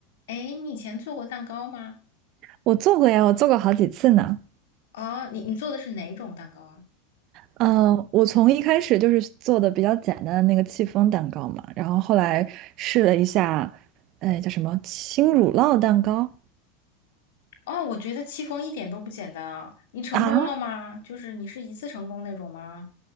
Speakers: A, on the left; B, on the right.
A: 诶，你以前做过蛋糕吗？
B: 我做过呀，我做过好几次呢。
A: 哦，你你做的是哪种蛋糕啊？
B: 嗯，我从一开始就是做的比较简单的那个戚风蛋糕嘛，然后后来试了一下，哎，叫什么轻乳酪蛋糕
A: 哦，我觉得戚风一点都不简单啊！你成功了吗？
B: 啊？
A: 就是你是一次成功那种吗？